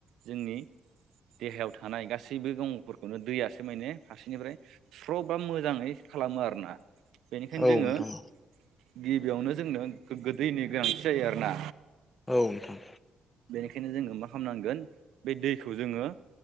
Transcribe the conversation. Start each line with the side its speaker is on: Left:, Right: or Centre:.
Right: जोंनि देहायाव थानाय गासैबो गंग'फोरखौनो दैयासो माने फा सेनिफ्राय स्र' बा मोजाङै खालामो आरोना बेनिखायनो
Left: औ
Right: जोङो
Left: नोंथां
Right: गिबियावनो जोंनो गोगो दैनि गोनांथि जायो आरोना
Left: औ नोंथां।
Right: बेनिखायनो जोङो मा खालामनांगोन बे दैखौ जोङो